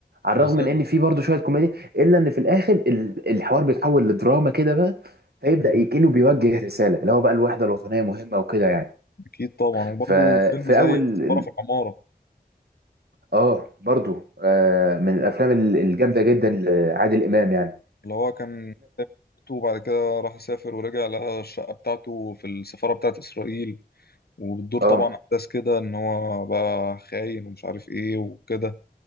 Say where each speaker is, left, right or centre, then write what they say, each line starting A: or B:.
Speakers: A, on the right; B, on the left.
A: على
B: الرسالة
A: الرغم من ان فيه برضو شويه كوميديا الا ان في الاخر ال- الحوار بيتحول لدراما كده بقى فيبدا
B: مم.
A: يكنه بيوجه رساله اللي هو بقى الوحده الوطنيه مهمه وكده يعني
B: أكيد طبعا وبرضه
A: ففي
B: فيلم زي
A: اول
B: سفارة
A: ال-
B: في العمارة
A: اه برضو آه، من الافلام ال- الجامده جدا لعادل امام يعني
B: اللي هو كان وبعد كده راح سافر ورجع لقى الشقة بتاعته في السفارة بتاعت إسرائيل وبتدور
A: اه
B: طبعا أحداث كده إن هو بقى خاين ومش عارف إيه وكده